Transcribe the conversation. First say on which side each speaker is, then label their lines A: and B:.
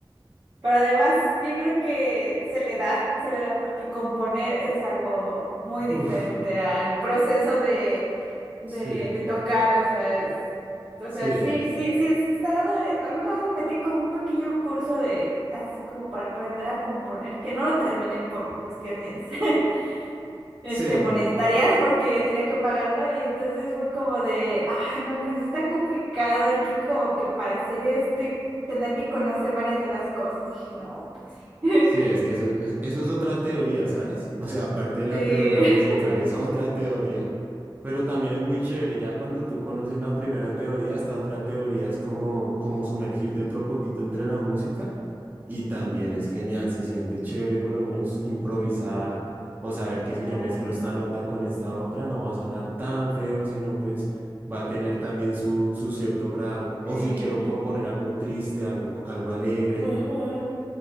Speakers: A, on the right; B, on the right.
A: Pero además yo creo que se le da, se le da porque componer es algo muy diferente
B: Uf,
A: al proceso de, de,
B: sí,
A: de tocar, o sea, es- o
B: sí,
A: sea, sí, sí, sí, sí he estado, eh, alguna vez me metí como un pequeño curso de, así como para aprender a componer, que no lo terminé por cuestiones <laughs> este,
B: sí.
A: monetarias porque yo tenía que pagarlo y entonces fue como de, ay, no, pues sí está complicado aquí como que para hacer esto y tener que conocer varias de las cosas. Dije, no, pues sí. <laughs>
B: Sí, es que eso, es- eso es otra teoría, ¿sabes? O sea, aparte de la
A: Sí.
B: teoría musical, es otra teoría. Pero también es muy chévere, ya cuando tú conoces la primera teoría, esta otra teoría es como, como sumergirte otro poquito entre la música y
A: Mm,
B: también es genial, se siente chévere por lo menos improvisar o saber que
A: Ya,
B: si yo mezclo esta nota con esta otra no va a sonar tan feo, sino pues va a tener también su, su cierto grado. O
A: sí.
B: si quiero componer algo triste, algo, algo alegre.
A: Ujú.